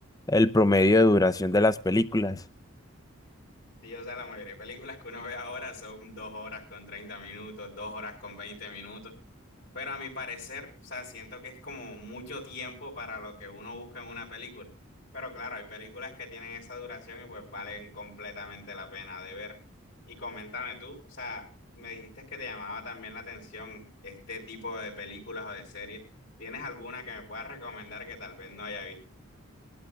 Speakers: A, on the left; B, on the left.
A: el promedio de duración de las películas.
B: Sí, o sea, la mayoría de películas que uno ve ahora son dos horas con 30 minutos, dos horas con 20 minutos. Pero a mi parecer, o sea, siento que es como mucho tiempo para lo que uno busca en una película. Pero claro, hay películas que tienen esa duración y pues valen completamente la pena de ver. Y coméntame tú, o sea, me dijiste que te llamaba también la atención este tipo de películas o de series. ¿Tienes alguna que me puedas recomendar que tal vez no haya visto?